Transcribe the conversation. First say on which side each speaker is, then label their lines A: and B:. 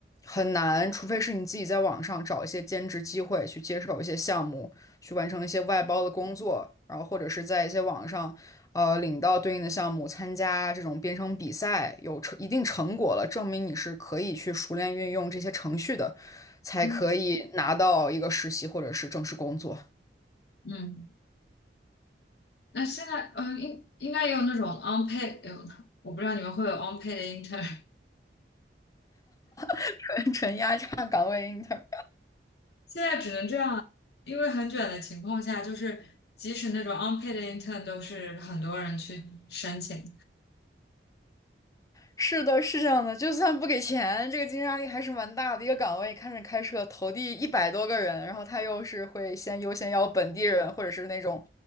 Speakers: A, on the left (about 20°); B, on the left (about 65°).
A: 很难，除非是你自己在网上找一些兼职机会，去接手一些项目，去完成一些外包的工作，然后或者是在一些网上，呃，领到对应的项目，参加这种编程比赛，有成一定成果了，证明你是可以去熟练运用这些程序的，才可以拿到一个实习或者是正式工作，
B: 嗯嗯。那现在，嗯，应应该也有那种 unpaid，有，我不知道你们会有 unpaid 的 intern，<laughs>
A: <laughs> 纯纯压榨岗位 inter。
B: 现在只能这样了，因为很卷的情况下，就是即使那种 unpaid 的 intern 都是很多人去申请，
A: 是的，是这样的，就算不给钱，这个竞争压力还是蛮大的。一个岗位看着开设投递一百多个人，然后他又是会先优先要本地人，或者是那种，